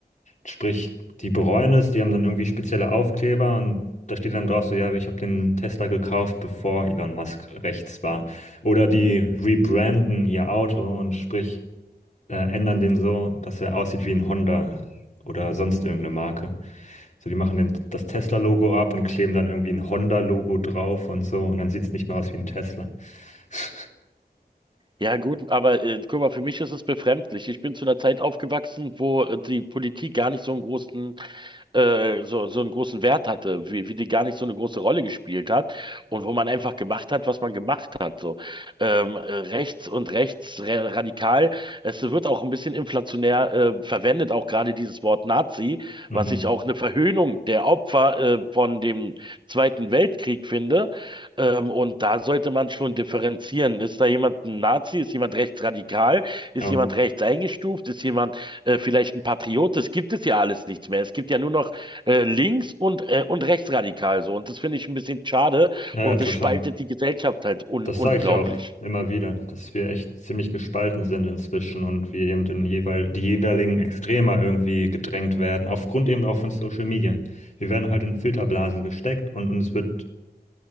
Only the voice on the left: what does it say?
Sprich, die bereuen es, die haben dann irgendwie spezielle Aufkleber und da steht dann drauf so, ja, ich habe den Tesla gekauft, bevor Elon Musk rechts war. Oder die rebranden ihr Auto und sprich, äh, ändern den so, dass er aussieht wie ein Honda oder sonst irgendeine Marke. So, die machen den, das Tesla-Logo ab und kleben dann irgendwie ein Honda-Logo drauf und so. Und dann sieht es nicht mehr aus wie ein Tesla. <laughs>
Mhm.
Ja.
Ja,
ja, total.
Das
sage ich ja auch immer wieder, dass wir echt ziemlich gespalten sind inzwischen und wir eben in jeweil, die jeweiligen Extremer irgendwie gedrängt werden, aufgrund eben auch von Social Media. Wir werden halt in Filterblasen gesteckt und uns wird